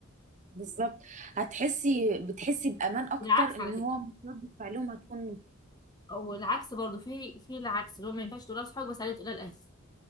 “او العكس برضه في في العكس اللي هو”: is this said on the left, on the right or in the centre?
Left